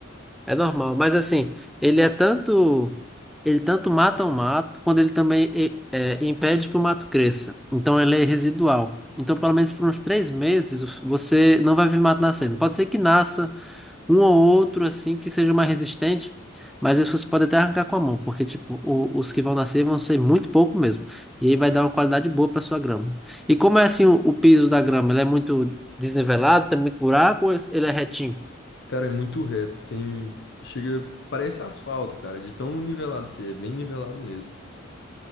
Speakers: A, in the centre; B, on the left.
A: É normal, mas assim, ele é tanto. Ele tanto mata o mato, quando ele também e- é, impede que o mato cresça. Então ele é residual. Então, pelo menos por uns três meses, você não vai ver mato nascendo. Pode ser que nasça um ou outro, assim, que seja mais resistente, mas isso você pode até arrancar com a mão, porque, tipo, o- os que vão nascer vão ser muito pouco mesmo. E aí vai dar uma qualidade boa para sua grama. E como é assim o, o piso da grama? Ele é muito desnivelado, tem muito buraco, ou ele é retinho?
B: Cara, é muito reto, tem... Chega, parece asfalto, cara, de tão nivelado que é, bem nivelado mesmo.